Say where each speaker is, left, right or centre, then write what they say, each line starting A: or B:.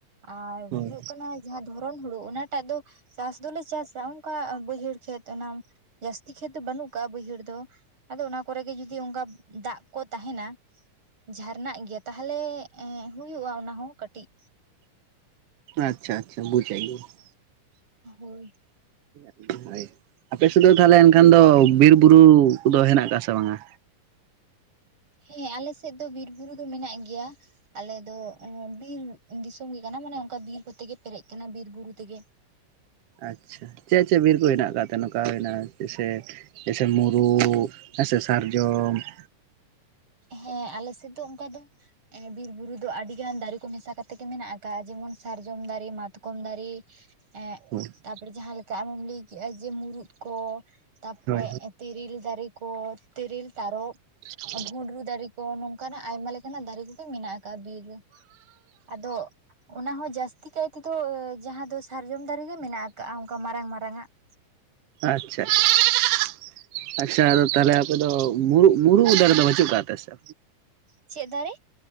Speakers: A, on the right; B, on the right.
A: ᱟᱨ
B: ᱦᱳᱭ
A: ᱦᱩᱭᱩᱜ ᱠᱟᱱᱟ ᱡᱟᱦᱟᱸ ᱫᱷᱚᱨᱚᱱ ᱦᱩᱲᱩ ᱚᱱᱟᱼᱼ ᱟᱫᱚ ᱪᱟᱥ ᱫᱚᱞᱮ ᱪᱟᱥᱟ ᱚᱱᱠᱟ ᱵᱟᱹᱭᱦᱟᱹᱲ ᱠᱷᱮᱛ ᱚᱱᱟᱼᱼ ᱡᱟᱹᱥᱛᱤ ᱠᱷᱮᱛ ᱫᱚ ᱵᱟᱹᱱᱩᱜ ᱠᱟ ᱵᱟᱹᱭᱦᱟᱹᱲ ᱫᱚ ᱟᱫᱚ ᱚᱱᱟ ᱠᱚᱨᱮᱜ ᱜᱮ ᱡᱚᱫᱤ ᱚᱝᱠᱟ ᱫᱟᱜ ᱠᱚ ᱛᱟᱦᱮᱱᱟ ᱡᱷᱟᱨᱱᱟᱜ ᱜᱮᱭᱟ ᱛᱟᱦᱚᱞᱮ ᱮ ᱦᱩᱭᱩᱜᱼᱟ ᱚᱱᱟ ᱦᱚᱸ ᱠᱟᱹᱴᱤᱡᱼᱼ
B: ᱟᱪᱪᱷᱟ ᱟᱪᱪᱷᱟ, ᱵᱩᱡᱽ ᱟᱭᱤᱧ ᱾
A: ᱦᱳᱭ ᱾
B: <inaudible> ᱦᱳᱭ ᱟᱯᱮ ᱥᱮᱫ ᱫᱚ ᱛᱟᱦᱚᱞᱮ ᱮᱱᱠᱷᱟᱱ ᱫᱚ ᱵᱤᱨ ᱵᱩᱨᱩ ᱠᱚᱫᱚ ᱦᱮᱱᱟᱜ ᱟᱠᱟᱜ-ᱟ ᱥᱮ ᱵᱟᱝ-ᱟ?
A: ᱦᱮᱸ ᱟᱞᱮ ᱥᱮᱫ ᱫᱚ ᱵᱤᱨ ᱵᱩᱨᱩ ᱫᱚ ᱢᱮᱱᱟᱜ ᱜᱮᱭᱟ ᱾ ᱟᱞᱮ ᱫᱚ ᱵᱤᱨ ᱫᱤᱥᱚᱢ ᱜᱮ ᱠᱟᱱᱟ ᱢᱟᱱᱮ ᱚᱱᱠᱟ ᱵᱤᱨ ᱠᱚᱛᱮ ᱜᱮ ᱯᱮᱨᱮᱡ ᱠᱟᱱᱟ, ᱵᱤᱨ ᱵᱩᱨᱩ ᱛᱮᱜᱮ ᱾
B: ᱟᱪᱪᱷᱟ, ᱪᱮᱜ ᱪᱮᱜ ᱵᱤᱨ ᱠᱚ ᱦᱮᱱᱟᱜ ᱠᱟᱜ ᱛᱮ ᱱᱚᱝᱠᱟ ᱦᱩᱭ ᱮᱱᱟ ᱥᱮ ᱡᱮᱭᱥᱮ ᱢᱩᱨᱩᱫ ᱦᱮᱸ ᱥᱮ ᱥᱟᱨᱡᱚᱢ ᱾
A: ᱦᱮᱸ ᱟᱞᱮᱥᱮᱫ ᱫᱚ ᱚᱱᱠᱟ ᱫᱚ ᱮ ᱵᱤᱨ ᱵᱩᱨᱩ ᱫᱚ ᱟᱰᱤᱜᱟᱱ ᱫᱟᱨᱮ ᱠᱚ ᱢᱮᱥᱟ ᱠᱟᱛᱮ ᱜᱮ ᱢᱮᱱᱟᱜ ᱟᱠᱟᱜ-ᱟ, ᱡᱮᱢᱚᱱ ᱥᱟᱨᱡᱚᱢ ᱫᱟᱨᱮ ᱢᱟᱛᱠᱚᱢ ᱫᱟᱨᱮ ᱮᱜ
B: <inaudible>
A: ᱛᱟᱯᱚᱬᱮ ᱡᱟᱦᱟᱸ ᱞᱮᱠᱟ ᱟᱢᱮᱢ ᱞᱮᱭ ᱠᱮᱜ-ᱟ ᱡᱮ ᱢᱩᱨᱩᱫ ᱠᱚ, ᱛᱟᱯᱚᱨᱮ
B: ᱦᱳᱭ
A: ᱛᱤᱨᱤᱞ ᱫᱟᱨᱮ ᱠᱚ ᱛᱤᱨᱤᱞ ᱛᱟᱨᱚᱵ
B: <inaudible>
A: ᱵᱷᱩᱸᱰᱨᱩ ᱫᱟᱨᱮ ᱠᱚ ᱱᱚᱝᱠᱟᱱᱟᱜ ᱟᱭᱢᱟ ᱞᱮᱠᱟᱱᱟᱜ ᱫᱟᱨᱮ ᱠᱚᱜᱮ ᱢᱮᱱᱟᱜ-ᱟ ᱾ <unintelligible> ᱵᱤᱨ ᱨᱮ <inaudible> ᱟᱫᱚ ᱚᱱᱟ ᱦᱚᱸ ᱡᱟᱹᱥᱛᱤ ᱠᱟᱭ ᱛᱤ ᱫᱚ ᱡᱟᱦᱟᱸ ᱫᱚ ᱥᱟᱨᱡᱚᱢ ᱫᱟᱨᱮ ᱜᱮ ᱢᱮᱱᱟᱜ ᱟᱠᱟᱜ-ᱟ ᱚᱱᱠᱟ ᱢᱟᱨᱟᱝ ᱢᱟᱨᱟᱝ ᱟᱜ ᱾
B: ᱟᱪᱪᱷᱟ ᱾ <inaudible> ᱟᱪᱪᱷᱟ ᱟᱫᱚ ᱛᱟᱦᱚᱞᱮ ᱟᱯᱮ ᱫᱚ ᱢᱩᱨᱩᱜ ᱢᱩᱨᱩᱜ ᱫᱟᱨᱮ ᱫᱚ ᱵᱟᱹᱪᱩᱜ ᱠᱟᱜ ᱛᱮ ᱥᱮ?
A: ᱪᱮᱜ ᱫᱟᱨᱮ?